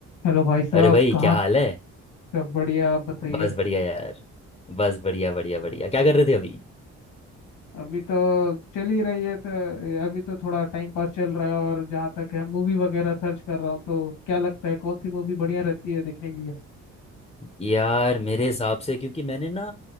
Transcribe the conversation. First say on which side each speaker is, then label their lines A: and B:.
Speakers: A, on the left; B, on the left.
A: Hello भाई साहब
B: अरे भाई
A: कहाँ
B: क्या हाल है
A: सब बढ़िया आप बताइए
B: बस बढ़िया यार बस बढ़िया बढ़िया बढ़िया क्या कर रहे थे अभी
A: अभी तो चल ही रही है तो अभी तो थोड़ा टाइम पास चल रहा है और जहाँ तक है मूवी वगैरह सर्च कर रहा हूँ तो क्या लगता है कौन सी मूवी बढ़िया रहती है देखने के लिए
B: यार मेरे हिसाब से क्योंकि मैंने ना